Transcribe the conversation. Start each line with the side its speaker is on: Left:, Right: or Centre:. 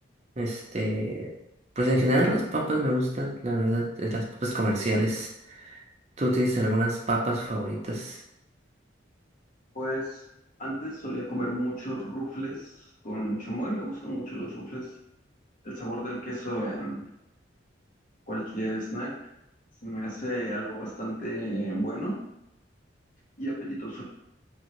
Right: Este, pues en general las papas me gustan, la verdad, eh, las papas comerciales. ¿Tú tienes algunas papas favoritas?
Left: Pues antes solía comer muchos rufles con chamoy, me gustan mucho los rufles. El sabor del queso en cualquier snack. Se me hace algo bastante eh, bueno y apetitoso.